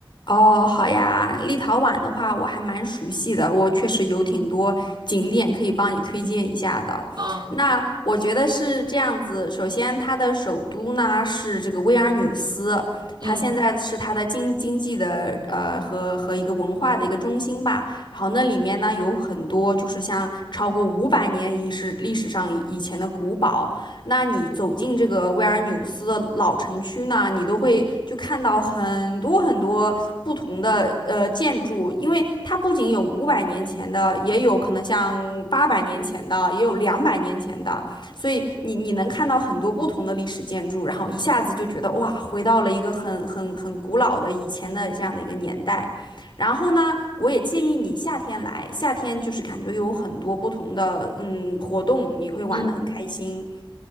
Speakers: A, on the left (about 60°); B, on the right (about 55°).
A: 哦，好呀，立陶宛的话我还蛮熟悉的，我确实有挺多景点可以帮你推荐一下的。
B: 嗯
A: 那我觉得是这样子，首先它的首都呢是这个维尔纽斯，
B: 嗯
A: 它现在是它的经经济的呃和和一个文化的一个中心吧。然后那里面呢有很多就是像超过五百年以是历史上以前的古堡，那你走进这个维尔纽斯的老城区呢，你都会就看到很多很多。不同的呃建筑，因为它不仅有五百年前的，也有可能像八百年前的，也有两百年前的，所以你你能看到很多不同的历史建筑，然后一下子就觉得哇，回到了一个很很很古老的以前的这样的一个年代。然后呢，我也建议你夏天来，夏天就是感觉有很多不同的嗯活动，你会玩得很开心。
B: 嗯，